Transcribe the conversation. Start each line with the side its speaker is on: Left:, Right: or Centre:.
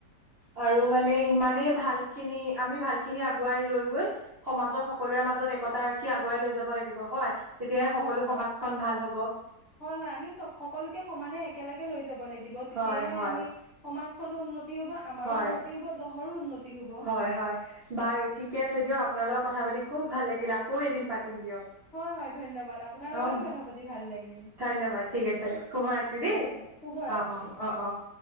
Right: আৰু মানে ইমানেই ভাল খিনি, আমি ভাল খিনি আগুৱাই লৈ গৈ। সমাজৰ সকলোৰে মাজত একতা ৰাখি আগুৱাই লৈ যাব লাগিব হয়। তেতিয়াহে
Left: হয়
Right: সকলো
Left: হয়।
Right: সমাজখন ভাল হ'ব।
Left: হয় হয়, আমি সকলোকে সমানে একেলগে লৈ যাব লাগি দিব তেতিয়াহে
Right: হয় হয়
Left: আমি সমাজখনো উন্নতি হব, আমাৰো
Right: হয়
Left: উন্নতি হব, দহৰো উন্নতি হব।
Right: হয় হয় বাৰু ঠিকে আছে দিয়ক, আপোনাৰ লগত কথা পাতি খুব ভাল লাগিল। আকৌ এদিন পাতিম দিয়ক।
Left: হয় হয় ধন্যবাদ আপোনাৰ লগতো
Right: অ',
Left: কথা পাতি ভাল লাগিল।
Right: ধন্যবাদ। ঠিক আছে, শুভ ৰাত দিদি,
Left: ঠিক আছে শুভৰাত্ৰি।
Right: অ' অ' অ' অ'।